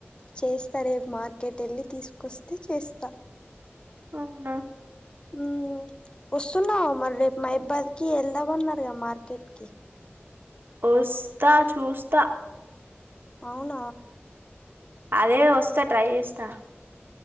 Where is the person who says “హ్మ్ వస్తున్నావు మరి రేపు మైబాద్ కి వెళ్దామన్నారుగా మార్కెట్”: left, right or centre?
Left